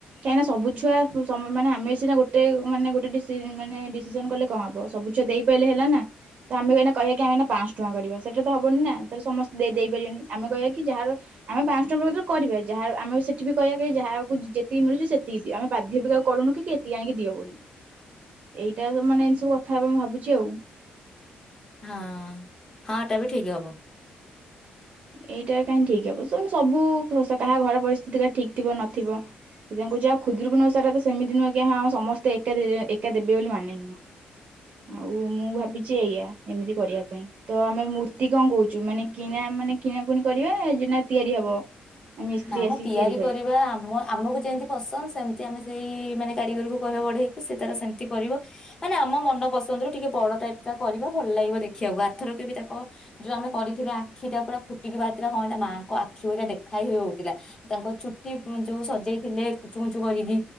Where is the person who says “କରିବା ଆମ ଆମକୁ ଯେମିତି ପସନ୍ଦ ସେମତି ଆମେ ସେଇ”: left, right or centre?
Left